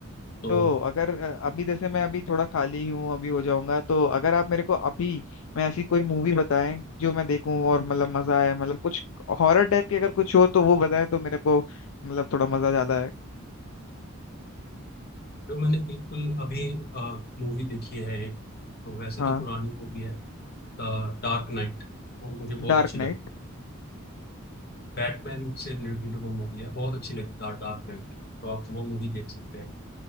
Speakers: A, on the left; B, on the left.
A: तो
B: तो अगर अ, अभी जैसे मैं अभी थोड़ा खाली हूँ अभी हो जाऊंगा तो अगर आप मेरे को अभी मैं ऐसी कोई मूवी बताएं जो मैं देखूं और मतलब मजा आए मतलब कुछ हॉरर टाइप की अगर कुछ हो तो वो बताएं तो मेरे को मतलब थोड़ा मजा ज्यादा है
A: जो मैंने बिल्कुल अभी मूवी देखी है एक तो वैसे
B: हाँ
A: तो पुरानी मूवी है द डार्क नाइट वो मुझे बहुत
B: डार्क
A: अच्छी लगी
B: नाइट
A: बैटमैन से रिलेटेड वो मूवी है बहुत अच्छी लगी द डार्क नाइट तो आप वो मूवी देख सकते हैं